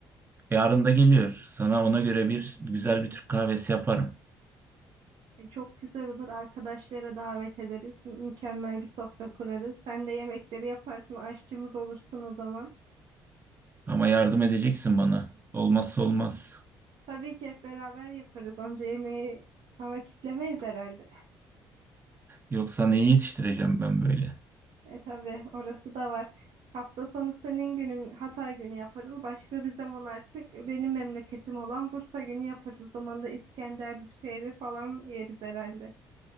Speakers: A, on the right; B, on the right.
A: Yarın da geliyor. Sana ona göre bir güzel bir Türk kahvesi yaparım.
B: E, Çok güzel olur. Arkadaşlara davet ederiz. Mü- Mükemmel bir sofra kurarız. Sen de yemekleri yaparsın. Aşçımız olursun o zaman.
A: Ama yardım edeceksin bana. Olmazsa olmaz.
B: Tabii ki hep beraber yaparız. Onca yemeği sana kitlemeyiz herhalde.
A: Yoksa neyi yetiştireceğim ben böyle?
B: E tabii orası da var. Hafta sonu senin günün Hatay günü yaparız. Başka bir zaman artık benim memleketim olan Bursa günü yaparız. O zaman da İskender şeyler falan yeriz herhalde.